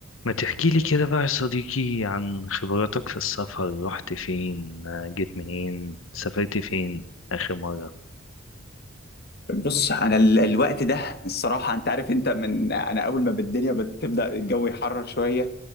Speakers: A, on the left (about 80°); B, on the left (about 50°).
A: ما تحكي لي كده بقى يا صديقي عن خبراتك في السفر رحت فين آه، جيت منين سافرت فين آخر مرة
B: بص انا ال- الوقت ده الصراحه انت عارف انت من انا اول ما بالدنيا بتبدا الجو يحرر شويه